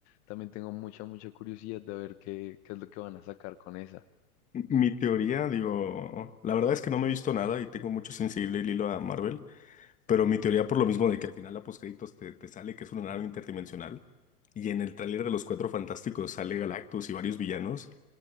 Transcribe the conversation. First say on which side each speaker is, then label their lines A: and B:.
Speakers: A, on the left; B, on the left.
A: También tengo mucha, mucha curiosidad de ver qué, qué es lo que van a sacar con esa.
B: Mi teoría, digo, la verdad es que no me he visto nada y tengo mucho sensible el hilo a Marvel, pero mi teoría por lo mismo de que al final la postcréditos te, te sale que es una nave interdimensional y en el tráiler de Los Cuatro Fantásticos sale Galactus y varios villanos,